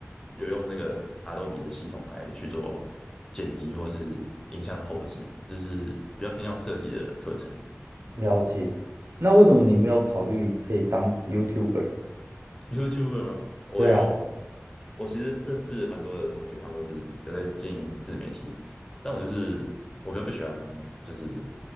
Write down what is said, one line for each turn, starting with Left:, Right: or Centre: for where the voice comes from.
Left: 有用那个 Adobe 的系统来去做剪辑或是影像的后置，就是比较偏向设计的课程。
Right: 了解。那为什么你没有考虑可以当 YouTuber？
Left: YouTuber 吗？我有，
Right: 对啊。
Left: 我其实认识蛮多的同学，他们都是有在经营自媒体的，但我就是我比较不喜欢，就是